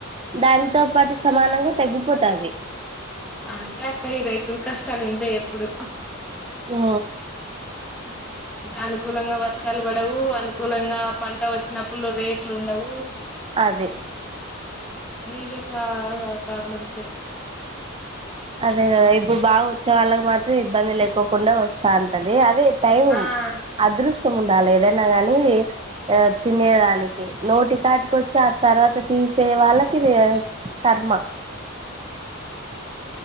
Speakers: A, on the right (about 25°); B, in the centre.
A: దానితో పాటు సమానంగా తగ్గిపోతది
B: అంతే అక్క ఈ రైతులు కష్టాలు ఉంటాయి ఎప్పుడు
A: ఆ
B: ఉ అనుకూలంగా వర్షాలు పడవు అనుకూలంగా పంట వచ్చినప్పుడు రేట్లు ఉండవు
A: అదే
B: ఇవే ప్రా ప్రాబ్లమ్సే
A: అదే కదా ఇప్పుడు బాగా వచ్చే వాళ్ళకి మాత్రం ఇబ్బంది లేకోకుండా వస్తా అంటది అదే టై
B: ఆ
A: అదృష్ట ఉండాలి ఏదైనా ని తినేదానికి నోటి కాటుకొచ్చి ఆ తర్వాత ఈ సేవాళ్ాలకి ఇది కర్మ
B: హ